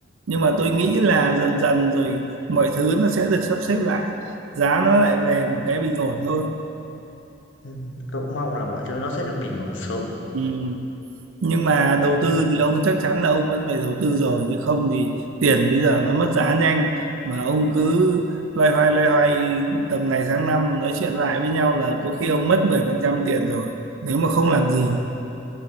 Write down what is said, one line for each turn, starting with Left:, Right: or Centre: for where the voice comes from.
Right: nhưng mà tôi nghĩ là dần dần rồi mọi thứ nó sẽ được sắp xếp lại giá nó lại về một cái bình ổn thôi
Left: ừm, tôi cũng mong là mọi thứ nó sẽ được bình ổn sớm.
Right: ừ. nhưng mà đầu tư
Left: Ừm.
Right: thì ông chắc chắn là ông vẫn phải đầu tư rồi chứ không thì tiền bây giờ nó mất giá nhanh mà ông cứ loay hoay loay hoay tầm này sang năm nói chuyện lại với nhau là có khi ông mất 10% tiền rồi nếu mà không làm gì
Left: Ừm,